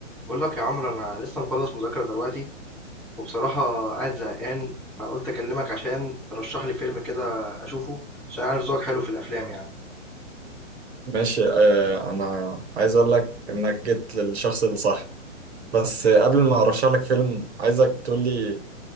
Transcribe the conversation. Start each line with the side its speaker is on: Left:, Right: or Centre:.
Centre: بقول لك يا عمرو انا لسه مخلص مذاكره دلوقتي وبصراحه قاعد زهقان فقلت اكلمك عشان ترشح لي فيلم كده اشوفه عشان عارف ذوقك حلو في الافلام يعني
Right: ماشي آه انا عايز اقول لك انك جيت للشخص الصح بس آه، قبل ما ارشح لك فيلم عايزك تقول لي